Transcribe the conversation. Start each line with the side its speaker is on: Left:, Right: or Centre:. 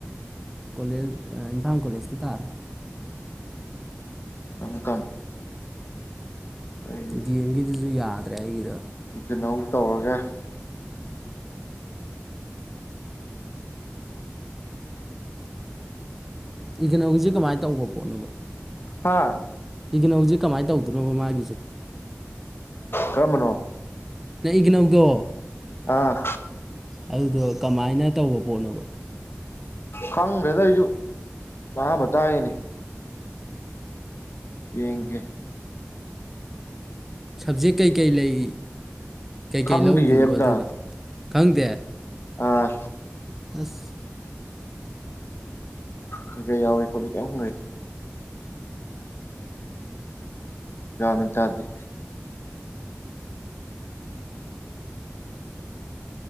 Centre: ꯀꯣꯂꯦꯖ ꯏꯝꯐꯥꯜ ꯀꯣꯂꯦꯖꯇ ꯇꯥꯔꯦ
Left: ꯇꯝꯃꯨ ꯇꯝꯃꯨ ꯑꯩ
Centre: ꯗꯤ ꯑꯦꯝꯒꯤꯗꯨꯁꯨ ꯌꯥꯗ꯭ꯔꯦ ꯑꯩꯒꯤꯗ‌ꯣ
Left: ꯀꯩꯅꯣ ꯇꯧꯔꯒꯦ
Centre: ꯏꯒꯅꯧꯒꯤꯁꯦ ꯀꯃꯥꯏꯅ ꯇꯧꯕ ꯄꯣꯠꯅꯣꯕ
Left: ꯍꯥꯥ
Centre: ꯏꯒꯤꯅꯧꯁ‌ꯦ ꯀꯃꯥꯏꯅ ꯇꯧꯗꯣꯏꯅꯣꯕ ꯃꯥꯒꯤꯁꯦ
Left: ꯀꯔꯝꯕꯅꯣ
Centre: ꯅꯪ ꯏꯒꯤꯅꯧꯗꯣ
Left: ꯑ
Centre: ꯑꯗꯨꯗꯣ ꯀꯃꯥꯏꯅ ꯇꯧꯕ ꯄꯣꯠꯅꯣꯕ
Left: ꯈꯪꯗ꯭ꯔꯦꯗ ꯑꯩꯁꯨ ꯑꯍꯥꯟꯕ ꯇꯥꯏꯔꯤꯅꯤ ꯌꯦꯡꯒ‌ꯦ
Centre: ꯁꯕꯖꯦꯛ ꯀꯩꯀꯩ ꯂꯩ ꯀꯩꯀꯩ
Left: ꯈꯪꯗꯤ‌ꯌ‌ꯦ
Centre: ꯂꯧꯗꯣꯏꯅꯣꯕ
Left: ꯑꯝꯇ
Centre: ꯑꯗꯨꯗꯣ ꯈꯪꯗꯦ
Left: ꯑꯥ
Centre: ꯑꯁ
Left: ꯀꯩꯀꯩ ꯌꯥꯎꯋꯤ ꯈꯣꯠꯂꯤ ꯀꯩꯝ ꯌꯒꯌꯥꯟ ꯃ‌ꯦꯟ ꯇꯥꯗ‌ꯦ